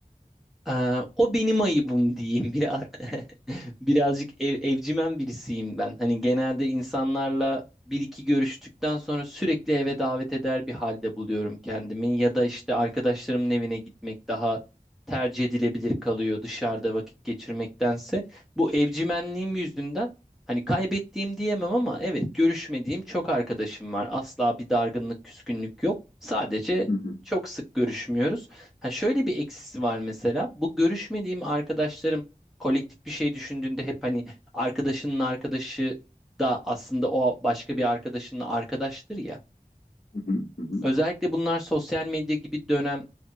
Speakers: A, in the centre; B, on the left.
A: Ee, o benim ayıbım diyeyim biraz <laughs> birazcık ev, evcimen birisiyim ben. Hani genelde insanlarla bir iki görüştükten sonra sürekli eve davet eder bir halde buluyorum kendimi ya da işte arkadaşlarımın evine gitmek daha tercih edilebilir kalıyor dışarıda vakit geçirmektense. Bu evcimenliğim yüzünden hani kaybettiğim diyemem ama evet görüşmediğim çok arkadaşım var. Asla bir dargınlık, küskünlük yok. Sadece
B: Hı hı,
A: çok sık görüşmüyoruz. Ha şöyle bir eksisi var mesela. Bu görüşmediğim arkadaşlarım kolektif bir şey düşündüğünde hep hani arkadaşının arkadaşı da aslında o başka bir arkadaşının arkadaştır ya.
B: hı hı, hı hı.
A: Özellikle bunlar sosyal medya gibi dönem